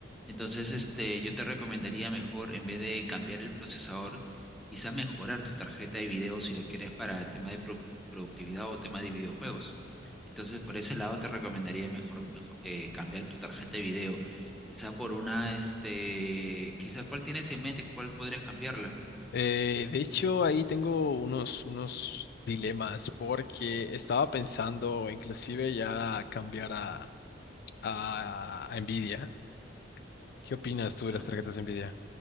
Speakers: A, in the centre; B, on the left.
A: Entonces, este, yo te recomendaría mejor, en vez de cambiar el procesador, quizá mejorar tu tarjeta de video si lo quieres para tema de pro- productividad o tema de videojuegos. Entonces, por ese lado te recomendaría mejor, mejo- eh, cambiar tu tarjeta de video. Quizá por una, este, quizá cuál tienes en mente, cuál podrías cambiarla,
B: Eh, de hecho, ahí tengo unos, unos dilemas porque estaba pensando inclusive ya cambiar a, a, a Nvidia. ¿Qué opinas tú
A: ¿ya?
B: de las tarjetas Nvidia?